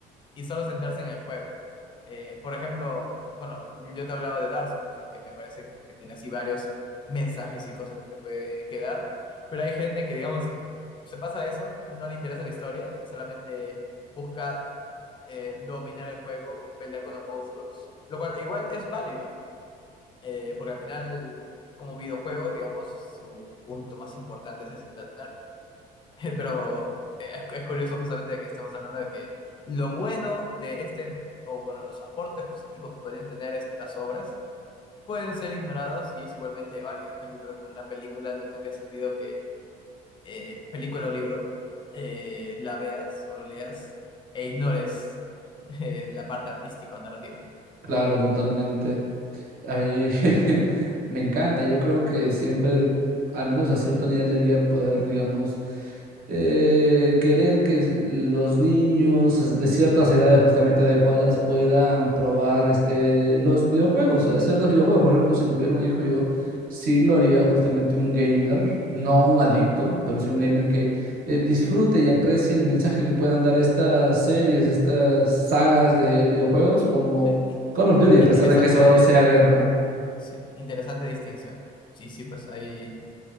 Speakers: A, on the left; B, on the right.
A: y solo centrarse en el juego. Eh, por ejemplo, bueno, yo te he hablado de Dark Souls y que me parece que tiene así varios mensajes y cosas que te puede quedar, pero hay gente que, digamos, ign- se pasa eso, no le interesa la historia, solamente busca eh, dominar el juego, pelear con los monstruos, lo cual igual es válido, eh, porque al final, como videojuego, digamos, su punto más importante es centrarse <laughs> Pero eh, es, es curioso justamente de que estemos hablando de que lo bueno de este, o bueno, los aportes positivos que pueden tener estas obras pueden ser ignorados y es igualmente válido. En cambio, creo que una película no tendría sentido que, eh, película o libro, eh, la veas o lo leas e ignores eh, la parte artística o narrativa.
B: Claro, totalmente. A mí <laughs> me encanta, yo creo que siempre, al menos a cierto nivel, debería poder, digamos, eh, querer que s- los niños as- de ciertas edades justamente adecuadas puedan probar este, los videojuegos, o de ciertos videojuegos. Por ejemplo, si tuviera un hijo, yo sí lo haría justamente un gamer, no un adicto, pero sí un gamer que eh, disfrute y aprecie el mensaje que puedan dar estas series, estas sagas de videojuegos, como
A: Sí, in-
B: Call of Duty, a
A: Interesante,
B: pesar de que eso sea guerra,
A: sí, interesante distinción. Sí, sí, pues ahí